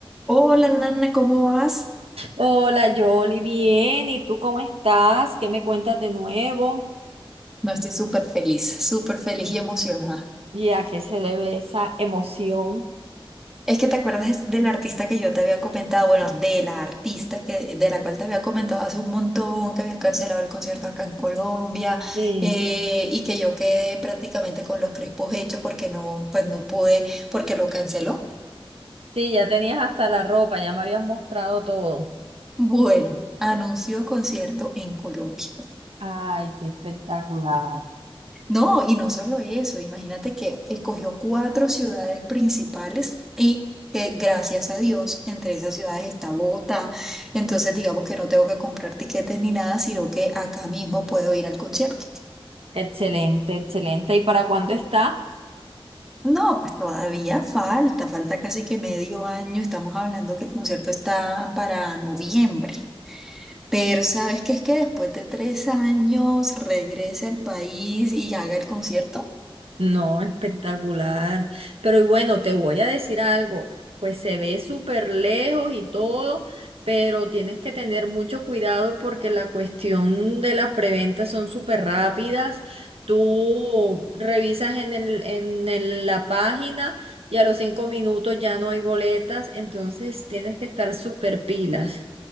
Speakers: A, in the centre; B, on the right (about 75°).
A: Hola, Nana, ¿cómo vas?
B: Hola, Yoli, bien. ¿Y tú cómo estás? ¿Qué me cuentas de nuevo?
A: No, estoy súper feliz, súper feliz y emocionada.
B: ¿Y a qué se debe esa emoción?
A: Es que te acuerdas de la artista que yo te había comentado, bueno, de la artista que, de la cual te había comentado hace un montón, que había cancelado el concierto acá en Colombia
B: Sí.
A: eh, y que yo quedé prácticamente con los crespos hechos porque no, pues no pude, porque lo canceló.
B: Sí, ya tenías hasta la ropa, ya me habías mostrado todo.
A: Bueno, anunció concierto en Colombia.
B: Ay, qué espectacular.
A: No, y no solo eso, imagínate que escogió cuatro ciudades principales y que gracias a Dios entre esas ciudades está Bogotá, entonces digamos que no tengo que comprar tiquetes ni nada, sino que acá mismo puedo ir al concierto.
B: Excelente, excelente. ¿Y para cuándo está?
A: No, pues todavía falta, falta casi que medio año, estamos hablando que el concierto está para noviembre. Pero sabes qué es que después de tres años regrese al país y haga el concierto.
B: No, espectacular. Pero y bueno, te voy a decir algo, pues se ve súper lejos y todo, pero tienes que tener mucho cuidado porque la cuestión de las preventas son súper rápidas. Tú revisas en el, en el- la página y a los cinco minutos ya no hay boletas, entonces tienes que estar súper pilas.